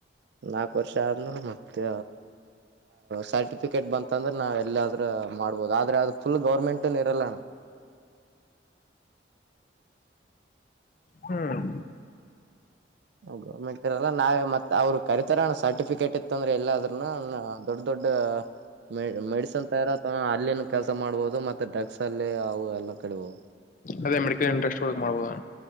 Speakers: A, on the right; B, on the left.
A: ನಾಕು ವರ್ಷ ಆದ್ಮ್ರ ಮತ್ತೆ ಸರ್ಟಿಫಿಕೇಟ್ ಬಂತ ಅಂದ್ರೆ ನಾವ್ ಎಲ್ಲಾದ್ರೂ ಮಾಡ್ಬೋದು ಆದ್ರೆ ಅದು ಫುಲ್ ಗೌರ್ಮೆಂಟನ್ ಇರಲ್ಲಣ
B: ಹ್ಮ್
A: ಗೌರ್ಮೆಂಟ್ ಇರಲ್ಲ ನಾವೇ ಮತ್ತೆ ಅವರು ಕರಿತರೋಣ ಸರ್ಟಿಫಿಕೇಟ್ ಇತ್ತಂದ್ರೆ ಎಲ್ಲ ಅ್ರನ ದೊಡ್ ದೊಡ್ಡ ಮೆ ಮೆಡಿಸನ್ ತಯಾರತ ಅಲ್ಲಿನ ಕೆಲ್ಸ ಮಾಡ್ಬೋುದು ಮತ್ತೆ ಡ್ರಗ್ಸ್ ಅಲ್ಲಿ ಅವು ಎಲ್ಲಾ ಕೆಡಬವು
B: ಅದೇ ಮೆಡಿಕಲ್ ಇಂಟ್ರೆಸ್ಟ್ ಅಲಿ ಮಾಡ್ಬೋದು.